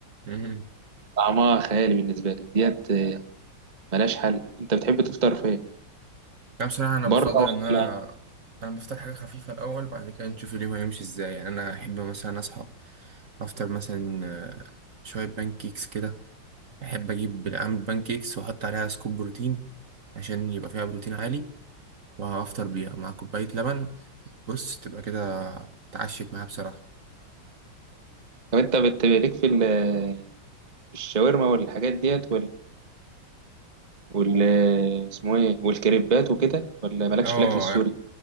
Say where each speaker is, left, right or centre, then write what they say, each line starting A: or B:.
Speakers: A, on the right; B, on the right.
A: امم
B: طعمها خيالي بالنسبه لي ديت ملهاش حل انت بتحب تفطر فين
A: لا بصراحه انا بفضل
B: بره ولا
A: ان انا
B: يعني؟
A: انا بفطر حاجه خفيفه الاول بعد كده نشوف اليوم هيمشي ازاي يعني انا احب مثلا اصحى افطر مثلا آه، شويه بانكيكس كده احب اجيب اعمل بانكيكس واحط عليها سكوب بروتين عشان يبقى فيها بروتين عالي وهفطر بيها مع كوباية لبن بص تبقى كده اتعشت معاها بصراحة
B: طب انت بت- ليك في ال- الشاورما والحاجات ديت وال اسمه ايه والكريبات وكده ولا مالكش
A: اه
B: في الاكل السوري